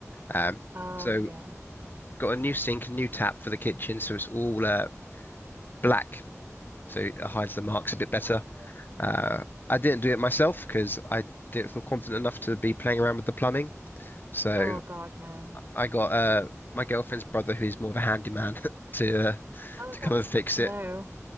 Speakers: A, on the left; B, on the right.
A: Um,
B: Oh,
A: so
B: yeah.
A: got a new sink, a new tap for the kitchen, so it's all uh, black, so it hides the marks a bit better.
B: Oh,
A: Uh, I didn't do it myself because I didn't feel confident enough to be playing around with the plumbing. So
B: oh God, no.
A: I got uh, my girlfriend's brother, who's more of a handyman, <laughs> to uh,
B: Oh,
A: to
B: that's
A: come and
B: good
A: fix
B: to know.
A: it.